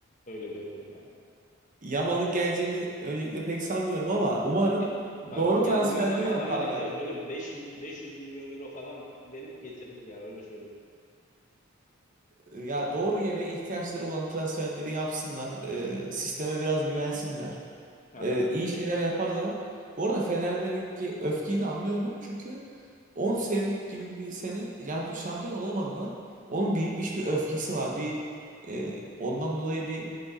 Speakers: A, on the left; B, on the right.
A: Öyle görüyorum yani.
B: Yamal'ın geleceğini öncelikle pek sanmıyorum ama umarım
A: Ya, bak
B: doğru
A: gelmez
B: transferleri
A: ama
B: yaparlar.
A: adam hani be- böyle beş 500 milyon euro falan verip getirir ya öyle söyleyeyim.
B: Ee, Ya doğru yere ihtiyaçları olan transferleri yapsınlar. Ee, sisteme biraz güvensinler.
A: Aha.
B: Ee, iyi şeyler yaparlar. Bu arada Fener'deki öfkeyi de anlıyorum. Çünkü 10 senelik gibi bir sene yani şampiyon olamadılar. Onun birikmiş bir öfkesi var. Bir e, ondan dolayı bir